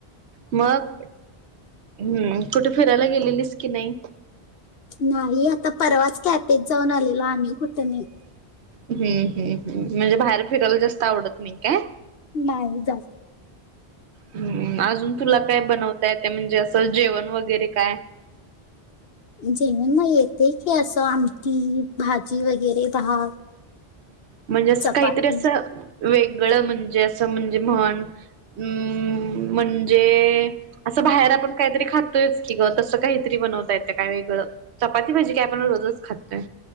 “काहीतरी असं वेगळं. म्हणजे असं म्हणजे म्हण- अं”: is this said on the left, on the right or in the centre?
Right